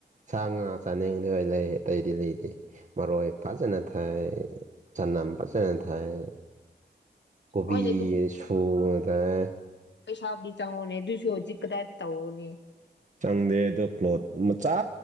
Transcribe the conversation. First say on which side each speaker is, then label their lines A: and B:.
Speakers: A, on the right; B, on the left.
A: ꯁꯥ-ꯉꯥ ꯆꯥꯅꯤꯡꯂꯥꯗꯤ ꯍꯣꯏ ꯂꯩ ꯑꯇꯩꯗꯤ ꯂꯩꯇꯦ ꯃꯔꯣꯏ ꯐꯖꯅ ꯊꯥꯏ ꯆꯅꯝ ꯐꯖꯅ ꯊꯥꯏ ꯀꯣꯕꯤ
B: ꯍꯣꯏꯅꯦ
A: ꯁꯨꯔꯗꯅ
B: ꯄꯩꯁꯥꯕꯤꯗꯤ ꯆ ꯑꯣꯅꯦ ꯗꯨꯏꯁꯨꯣꯖꯤ ꯀꯗꯥꯗꯤ ꯇ ꯑꯣꯅꯦ
A: ꯆꯪꯗꯦ ꯑꯗꯣ ꯄ꯭ꯂꯣꯠ ꯃꯆꯥ